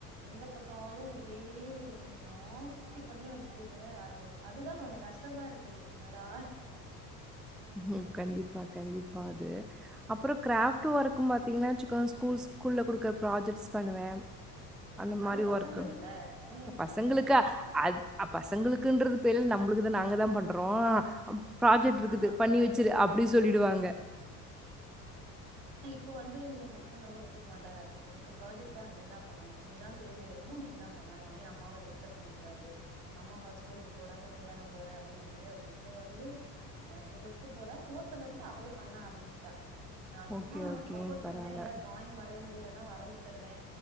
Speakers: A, on the right (about 55°); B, in the centre.
A: எங்க பாத்தாலும் ஒரே நாஸ்தி பண்ணி வச்சடு அது அதுதா கொஞ்ச கஷ்டமாருக்கு என்னடா
B: ம் கண்டிப்பா கண்டிப்பா அது அப்பறோ கிராஃப்ட் ஒர்க்கும் பாத்தீங்கன்னா வச்சுக்க‌ ஸ்கூல் ஸ்கூல்ல குடுக்குற ப்ராஜெ்ட்ஸ் பண்ணுவ அந்த
A: அது
B: மாரி
A: பசங்களுக்குல்ல
B: ஒர்க்
A: நீங்க ஏன் பண்றீங்க
B: பசங்களுக்கு அ அ பசங்களுக்குன்றது பேரு நம்மளுக்குதா நாங்க தா பண்றோ ப்ராஜெக்ட்
A: நானும்
B: இருக்குது
A: அப்படிதான்
B: பண்ணி வச்சுரு
A: இருந்தேன்
B: அப்டி சொல்லிடுவாங்க
A: இப்போ வந்து ய ஹஸ்பண்ட் வந்து ஒத்துக்க மாட்டாரு ஒனக்கு ப்ராஜெக்டா நீ தா பண்ணணும் நீ தா தேடி எடுக்கணும் நீ தா பண்ணனும் நீ அம்மாவ டிஸ்டப் பண்ணக்க கூடாது அம்மாவா ஸ்கூலுக்கு போறாங்க நீ தான போற அப்டின் சொல்லி அவர் இப்போ வந்து அப்போ ஃப்து போறா ஃபோர்துலெந்து அவளே பண்ண ஆம்பிச்சிட்டா நா சும்மா
B: ஓகே, ஓகே.
A: சப்போர்ட்
B: பரவால்ல.
A: பண்ணுவ ஏதாது டிராயிங் வரைய முடியலன்னா வரஞ்சு தருவே